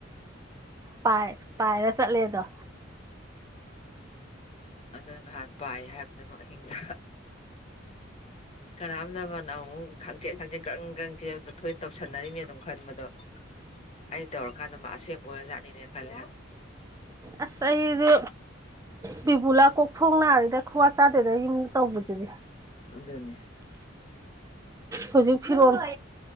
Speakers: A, on the right; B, on the left.
A: ꯄꯥꯏ ꯄꯥꯏꯔ ꯆꯠꯂꯦꯗꯣ
B: ꯑꯗꯨ ꯅꯍꯥꯟ ꯄꯥꯏ ꯍꯥꯏꯃꯠꯇꯗ ꯑꯍꯤꯡꯗ ꯀꯔꯝꯗꯕꯅꯅꯥ ꯑꯃꯨꯛꯪ <unintelligible> ꯍꯥꯡꯆꯦꯠ ꯍꯥꯡꯆꯦꯠ ꯀ꯭ꯔꯪ ꯀ꯭ꯔꯪ ꯆꯦꯟ ꯃꯊꯣꯏ ꯇꯧꯁꯟꯅꯔꯤꯃꯦ ꯑꯗꯨꯝ ꯈꯟꯕꯗꯣ ꯑꯩꯅ ꯇꯧꯔꯀꯥꯟꯗ ꯃꯥ ꯑꯁꯦꯡꯕ ꯑꯣꯏꯅꯖꯥꯠꯅꯤꯅꯦ ꯈꯜꯂꯦ
A: ꯑꯁ ꯑꯩꯗꯤ ꯕꯤꯕꯨꯂꯥ ꯀꯣꯛꯊꯣꯡ ꯅꯥꯔꯦꯗ ꯈꯨꯋꯥ ꯆꯥꯗꯦꯗ ꯌꯨꯝꯗ ꯇꯧꯕꯁꯤꯗꯤ
B: ꯑꯗꯨꯅꯦ
A: ꯍꯧꯖꯤꯛ ꯐꯤꯔꯣꯟ